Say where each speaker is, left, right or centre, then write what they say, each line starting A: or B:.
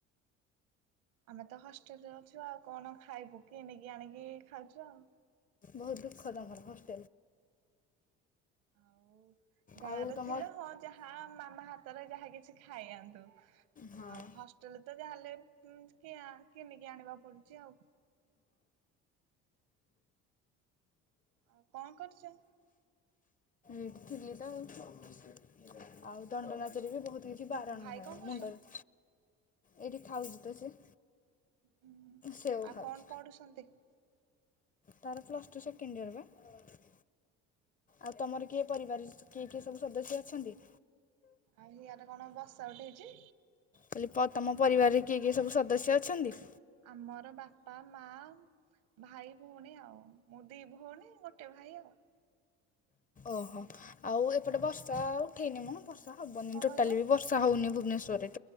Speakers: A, on the right (about 75°); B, on the left (about 25°).
A: ଆମେ ତ ହସ୍ ଷ୍ଟେଲ ରେ ଅଛୁ ଆଉ କଣ ଖାଇବୁ କିଣିକି ଆଣିକି ଖାଉଛୁ ଆଉ।
B: ବହୁତ ଦୁଃଖ ଲାଗା ଘ
A: ଆଉ ଗାଁ
B: ଆଉ
A: ର
B: ତମ
A: ଥିଲା ହଁ ଯାହା ମାମା ହାତରେ ଯାହା କିଛି ଖାଇ ଆନ୍ତୁ।
B: ହଁ
A: ଆଉ ହଷ୍ଟେଲରେ ତ ଯାହେଲେ କିଣିକି ଆଣିବାକୁ ପଡୁଛି ଆଉ। ଆଉ କଣ କରୁଛ?
B: ଇଠ ଠିକଦ ଆଉ। ଆଉ ଦଣ୍ଡ ନାଚରେ
A: ଆଉ
B: ବି ବହୁତ କିଛି ବାରଣଭଏ
A: ଭାଇ କଣ କରୁଛନ୍ତି?
B: ମୁଣ୍ଡରେ ଏଇଠି ଖାଉଛି। <inaudible>
A: ହୁଁ
B: ସେଓ
A: ଆଉ
B: ଖାଉଛି
A: କଣ ପଢୁ ସନ୍ତି? <inaudible>
B: ତାର ପ୍ଲସ ଟୁ ସେକେଣ୍ଡ ଇୟର ବା? ଆଉ ତମର କିଏ ପରିବାର କିଏ କିଏ ସବୁ ସଦସ୍ୟ ଅଛନ୍ତି।
A: ଆରେ ହିଆଡେ କଣ ବର୍ଷା ଉଠେଇଛି?
B: କହଲି ତମ ପରିବାରରେ କିଏ କିଏ ସବୁ ସଦସ୍ୟ ଅଛନ୍ତି?
A: ଆମର ବାପା ମା ଭାଇ ହଉନି ଆଉ ମୁଁ ଦି ଭଉଣୀ ଗୋଟେ ଭାଇ ଆଉ।
B: ଓହୋ ଆଉ ଏପଟେ ବର୍ଷା ଉଠେଇନି ମୁଁ ବର୍ଷା ବଷ ହବନି
A: କଣ
B: ଟୋଟଲି
A: କହିଲ?
B: ବି ବର୍ଷା ହଉନି ଭୁନେଶ୍ୱରେ